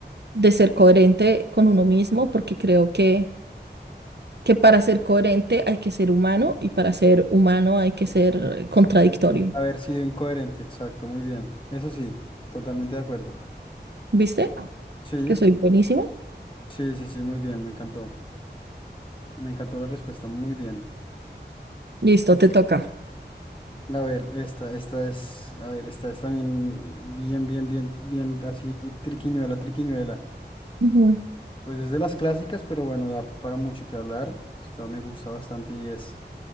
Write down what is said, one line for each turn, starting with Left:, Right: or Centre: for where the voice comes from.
Right: de ser coherente con uno mismo, porque creo que, que para ser coherente hay que ser humano y para ser humano hay que ser contradictorio.
Left: Haber sido incoherente, exacto, muy bien. Eso sí, totalmente de acuerdo.
Right: ¿Viste?
Left: Sí.
Right: Que soy buenísimo.
Left: Sí, sí, sí, muy bien, me encantó. Me encantó la respuesta, muy bien.
Right: Listo, te toca.
Left: A ver, esta, esta es, a ver, esta es también bien, bien, bien, bien, así, triquiñuela, triquiñuela.
Right: Ujú.
Left: Pues es de las clásicas, pero bueno, da para mucho que hablar. Esta me gusta bastante y es,